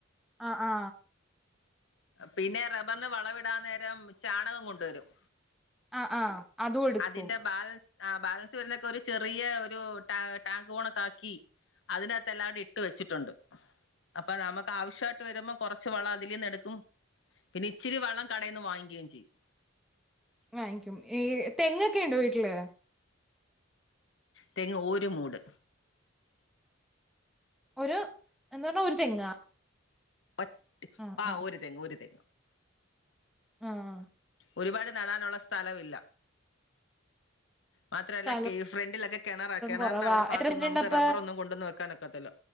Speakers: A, in the centre; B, on the left.
A: ഹാ ഹാ
B: പിന്നെ റബ്ബറിന് വളം ഇടാൻ നേരം ചാണകം കൊണ്ടുവരും
A: ആ ആ അതു എടുക്കും
B: അതിന്റെ ബാലൻസ് ആ ബാലൻസ് വരുന്നൊക്കെ ഒരു ചെറിയ ഒരു ടാ ടാങ്കോണൊക്കെ ആക്കി അതിനാത്ത് എല്ലാടെം ഇട്ട് വെച്ചിട്ടുണ്ട്, അപ്പൊ നമക്ക് ആവശ്യായിട്ട് വരുമ്പോ കൊറച്ച് വളം അതിലിന്ന് എടുക്കും പിന്നെ ഇച്ചിരി വളം കടേന്ന് വാങ്ങിക്കേം ചെയ്യും
A: വാങ്ങിക്കും ഈ തെങ്ങൊക്കെണ്ടോ വീട്ടില്
B: തെങ്ങ് ഓര് മൂട്
A: ഒരു എന്ന് പറഞ്ഞാ ഒരു തെങ്ങാ
B: ഒറ്റ്
A: ആഹ്
B: ആ
A: ആഹ്
B: ഒരു തെങ്ങ് ഒരു തെങ്ങ്
A: ആഹ്
B: ഒരുപാട് നടാനുള്ള സ്ഥലവില്ല മാത്രല്ല
A: സ്ഥലം
B: കെ ഫ്രണ്ടിലൊക്കെ കെണറാ കെണറിന്റെ
A: കുറവാ
B: അവടെ ഭാഗത്തുന്നും
A: എത്ര സെന്റുണ്ടപ്പ
B: നമുക്ക് റബ്ബർ ഒന്നും കൊണ്ടെന്ന് വെക്കാനൊക്ക ത്തില്ല